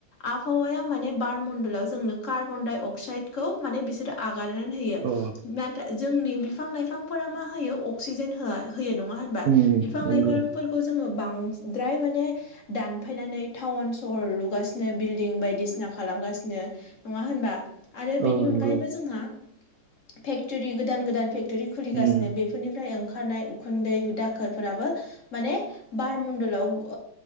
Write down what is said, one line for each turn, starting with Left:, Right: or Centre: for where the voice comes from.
Left: आबहावाया माने बार मनडलाव जोंनो कार्बन डाइ अक्साइदखौ माने बि आगारनानै होयो
Right: अ
Left: जोंनि बिफां लाइफांफोरा मा होयो अक्सिजेन हो होयो नङा होनबा
Right: उम
Left: बिफां
Right: नंगौ
Left: लाइफांफोरखौ खौ जोङो बांद्राय माने दानफायनानै टाउन सहर लुगासिनो बिल्दिं बायदिसिना खालामगासिनो नङा होनबा आरो बेनि
Right: अ
Left: अनगायैबो
Right: नंगौ
Left: जोंहा फेक्टरि गोदान गोदान फेक्टरि खुलिगासिनो
Right: उम
Left: बेफोरनि बेनिफ्राय ओंखारनाय उखुन्दै दाखोरफोराबो माने बारमडलाव